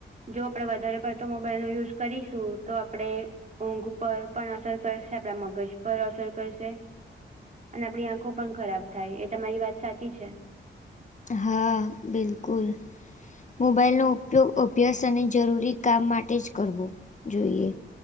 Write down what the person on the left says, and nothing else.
હા, બિલકુલ. મોબાઈલનો ઉપયોગ અભ્યાસ અને જરૂરી કામ માટે જ કરવો જોઈએ.